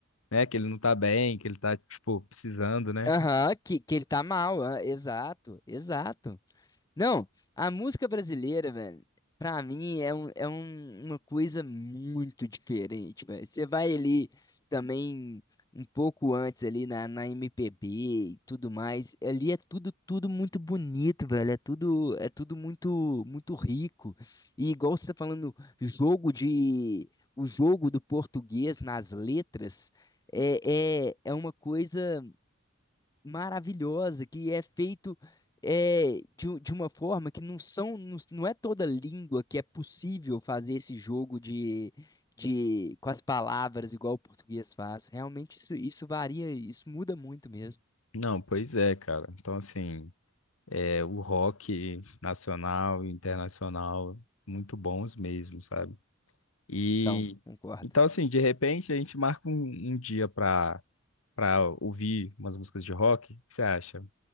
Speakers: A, on the left; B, on the left.
A: né, que ele não tá bem, que ele tá tipo precisando, né?
B: Aham, que, que ele tá mal, ah, exato, exato. Não, a música brasileira, velho, pra mim é, um, é um- uma coisa muito diferente, velho. Você vai ali também um pouco antes ali na, na MPB e tudo mais, ali é tudo tudo muito bonito, velho. É tudo é tudo muito muito rico. E igual você tá falando, jogo de o jogo do português nas letras é, é, é uma coisa maravilhosa, que é feito é, de, u- de uma forma que não são, não, não é toda língua que é possível fazer esse jogo de, de com as palavras igual o português faz. Realmente isso, isso varia, isso muda muito mesmo.
A: Não, pois é, cara. Então assim, é o rock nacional e internacional muito bons mesmo, sabe? E
B: São, concordo.
A: então, assim, de repente a gente marca um, um dia pra, pra ouvir umas músicas de rock. O que você acha?